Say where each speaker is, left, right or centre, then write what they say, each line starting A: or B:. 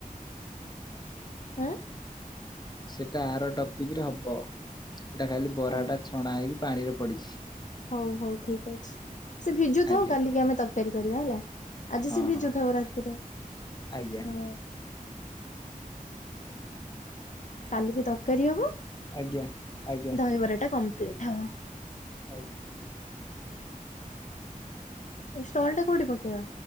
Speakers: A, on the left (about 55°); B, on the left (about 30°).
A: ହାଁ।
B: ସେଟା ଆର ଟପିକ ରେ ହବ ସେଟା ଖାଲି ବରାଟା
A: ହଉ
B: ଛଣା ହେଇକି ପାଣି ରେ ପଡିଛି।
A: ହଉ ହଉ ଠିକ ଅଛି ସେ ଭିଜୁଥାଉ
B: ଆଜ୍ଞା
A: କାଲିକି ଆମେ ତରକାରୀ କରିବା ହେଲା। ଆଜି
B: ହଁ
A: ସେ ଭିଜୁ
B: ହଁ
A: ଥାଉ ରାତିରେ
B: ଆଜ୍ଞା
A: ହଁ। କାଲିକି ତରକାରୀ ହବ
B: ଆଜ୍ଞା ଆଜ୍ଞା
A: ଦହିବରା ଟା କମ୍ପ୍ଲିଟ ହବ।
B: ଆ
A: ଷ୍ଟଲ ଟା କଉଠି ପକେଇବା।